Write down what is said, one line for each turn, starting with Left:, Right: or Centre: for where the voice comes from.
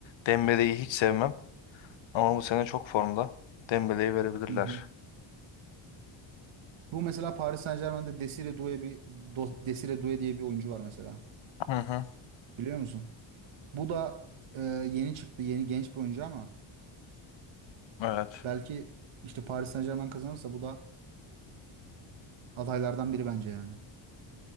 Left: Dembele'yi hiç sevmem ama bu sene çok formda. Dembele'yi verebilirler.
Right: Hı hı. Bu mesela Paris Saint-Germain'de Desire Doué bir Do- Desire Doué diye bir oyuncu var mesela.
Left: Hı hı,
Right: Biliyor musun? Bu da e, yeni çıktı, yeni genç bir oyuncu ama
Left: evet.
Right: belki işte Paris Saint-Germain kazanırsa bu da adaylardan biri bence yani.